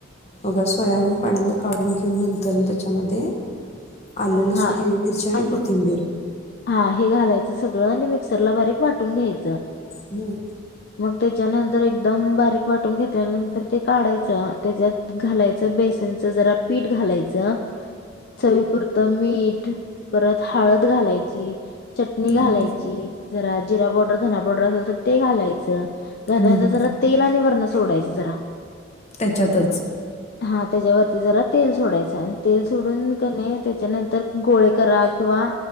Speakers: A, on the left; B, on the left.
A: मग सोयाबीन पाण्यातन काढून घेऊन नंतर न त्याच्या मध्ये आलं लसुण
B: हा
A: हिरवी मिरची आणि
B: आलं
A: कोथिंबीर
B: हा हे घालायचं सगळं आणि मिक्सरला बारीक वाटून घ्यायचं.
A: हुं
B: मग त्याच्यानंतर एक दम बारीक वाटून घेतल्यानंतर ते काढायचं त्याच्यात घालायचं बेसनचं जरा पीठ घालायचं चवीपुर त मीठ परत हळद घालायची. चटणी
A: हम्म,
B: घालायची जरा जिरा पावडर धना पावडर असल तर ते घालायचं. <unintelligible>
A: हम्म, हम्म.
B: सोडायचं जरा.
A: त्याच्यातच
B: हा त्याच्यावरती जरा तेल सोडायचं आणि तेल सोडून कणे त्याच्यानंतर गोळे करा किंवा